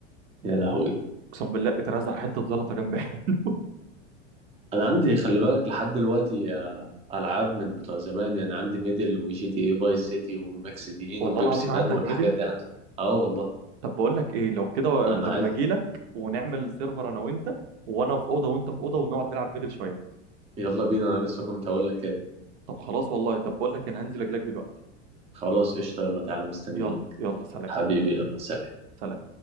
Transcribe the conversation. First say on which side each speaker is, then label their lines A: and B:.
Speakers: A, on the right; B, on the right.
A: يا لهوي
B: اقسم بالله اترزع حته زلطه جنبي <laughs>
A: انا عندي خلي بالك لحد دلوقتي آه، العاب من بتوع زمان يعني عندي ميدل وجي تي اي فايس سيتي وماكس بين
B: والله
A: وبيبسي
B: العظيم
A: مان
B: عندك
A: والحاجات
B: ميدل
A: دي عندي اه والله
B: طب بقول لك ايه لو كده و-
A: انا
B: طب
A: عايز
B: ما اجي لك ونعمل سيرفر انا وانت وانا في اوضه وانت في اوضه ونقعد نلعب ميدل شويه
A: يلا بينا انا لسه كنت هقول لك كده
B: طب خلاص والله طب بقول لك إيه، انا هنزل اجي لك دلوقتي
A: خلاص قشطه يلا تعالى مستنيك
B: يلا يلا سلام
A: حبيبي يلا سلام
B: سلام